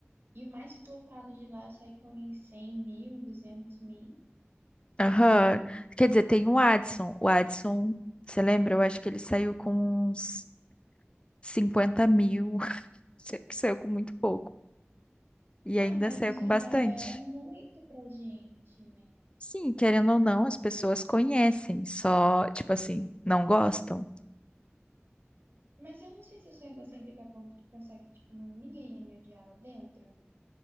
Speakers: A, on the right; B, on the left.
A: E o mais flopado de lá sai com uns 100 mil, duzentos mil.
B: Aham. Quer dizer, tem o Adson. O Adson, você lembra? Eu acho que ele saiu com uns 50 mil. <laughs> Sa- Saiu com muito pouco. E
A: Ah,
B: ainda
A: mas
B: saiu
A: isso
B: com bastante.
A: já é muito pra gente, né?
B: Sim, querendo ou não, as pessoas conhecem, só, tipo assim, não gostam.
A: Mas eu não sei se eu sou egocêntrica a ponto de pensar que, tipo, não- ninguém ia me odiar lá dentro.